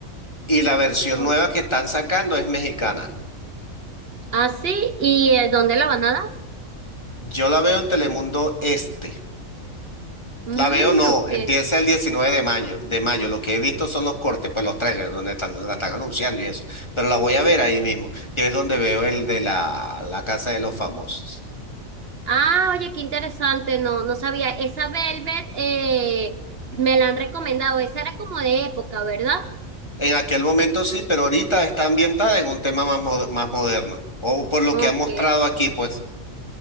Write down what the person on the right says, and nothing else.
Oh,
Ah, sí, ¿y eh, dónde la van a dar?
Mm,
ok.
Ah, oye, qué interesante, no, no sabía. Esa Velvet eh, me la han recomendado, esa era como de época, ¿verdad?
Ok.